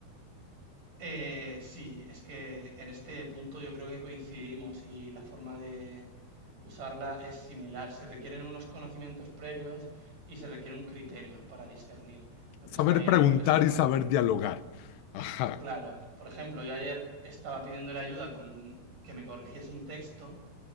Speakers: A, on the right; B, on the left.
A: Eh, sí, es que en este punto yo creo que coincidimos y la forma de usarla es similar. Se requieren unos conocimientos previos y se requiere un criterio para discernir lo
B: Saber
A: que está bien
B: preguntar
A: y lo que está
B: y
A: mal.
B: saber dialogar. Ajá,
A: Claro, por ejemplo, yo ayer estaba pidiéndole ayuda con que me corrigiese un texto